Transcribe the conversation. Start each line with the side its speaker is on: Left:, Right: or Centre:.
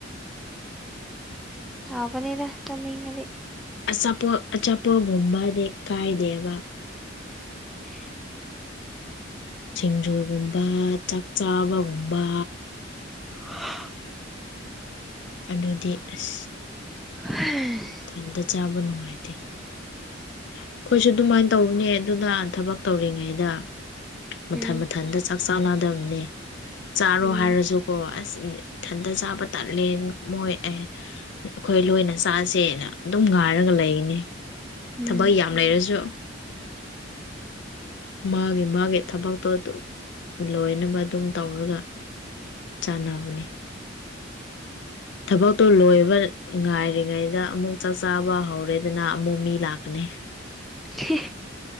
Centre: ꯑꯕꯅꯦꯗ ꯆ ꯅꯅꯤꯡꯉꯗꯤꯦ
Left: ꯑꯆꯥꯄ ꯑꯆꯥꯄ ꯨꯨꯝꯃꯅꯦꯦ ꯀꯥꯏ ꯗꯦꯕ
Centre: ꯎꯝ
Left: ꯁꯤꯡꯖꯨꯒꯨꯝꯕ ꯆꯥꯛ ꯆꯥꯕꯒꯨꯝꯕ
Centre: ꯍꯥ <inaudible>
Left: ꯑꯗꯨꯗꯤ ꯑꯁ
Centre: ꯍ
Left: ꯊꯥꯡꯗ ꯆꯥꯕ ꯅꯨꯡꯉꯥꯏꯇꯦ ꯑꯩꯈꯣꯏꯁꯨ ꯑꯗꯨꯃꯥꯏꯅ ꯇꯧꯕꯅꯦ ꯑꯗꯨꯅ ꯊꯕꯛ ꯇꯧꯔꯤꯉꯩꯗ ꯃꯊꯟ
Centre: ꯎꯝ
Left: ꯃꯊꯟꯇ ꯆꯥꯛ ꯆꯥ ꯅꯥꯗꯕꯅꯤ ꯆꯥꯔꯣ
Centre: ꯎꯝ
Left: ꯍꯥꯏꯔꯁꯨ ꯑꯣ ꯑꯁ ꯏꯊꯟꯗ ꯆꯥꯕ ꯇꯠꯂꯦ ꯃꯣꯏ ꯑꯦ ꯑꯩꯈꯣꯏ ꯂꯣꯏꯅ ꯆꯥꯁꯦꯅ ꯑꯗꯨꯝ ꯉꯥꯏꯔꯒ ꯂꯩꯅꯤ
Centre: ꯎꯝ
Left: ꯊꯕꯛ ꯌꯥꯝ ꯂꯩꯔꯁꯨ ꯃꯥꯒꯤ ꯃꯥꯒꯤ ꯊꯕꯛꯇꯣ ꯑꯗꯨꯝ ꯂꯣꯏꯅꯕ ꯑꯗꯨꯝ ꯇꯧꯔꯒ ꯆꯥꯟꯅꯕꯅꯦ ꯊꯕꯛꯇꯨ ꯂꯣꯏꯕꯅ ꯉꯥꯏꯔꯤꯉꯩꯗ ꯑꯃꯨꯛ ꯆꯥꯛ ꯆꯥꯕ ꯍꯧꯔꯦꯗꯅ ꯑꯃꯨꯛ ꯃꯤ ꯂꯥꯛꯀꯅꯤ
Centre: ꯁꯤ <unintelligible>